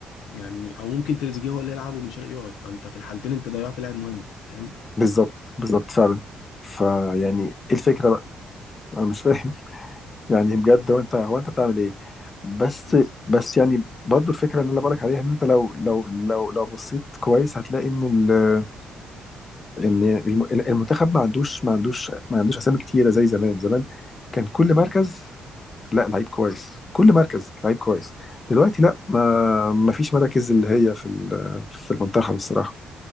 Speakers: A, on the left; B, on the left.
A: يعني او ممكن تريزيجيه هو اللي يلعب وبن شرقي يقعد فانت في الحالتين انت ضيعت لاعب مهم فاهم
B: بالظبط بالظبط فعلا فيعني ايه الفكره بقى انا مش فاهم <laughs> يعني بجد هو انت هو انت بتعمل ايه بس
A: بز-
B: بس يعني برضو الفكره اللي انا بقولك عليها ان انت لو لو لو لو بصيت كويس هتلاقي ان ال ان الم- المنتخب ما عندوش ما عندوش ما عندوش اسامي كتيره زي زمان زمان كان كل مركز لا لعيب كويس كل مركز لعيب كويس دلوقتي لا ما ما فيش مراكز اللي هي في ال- في المنتخب الصراحه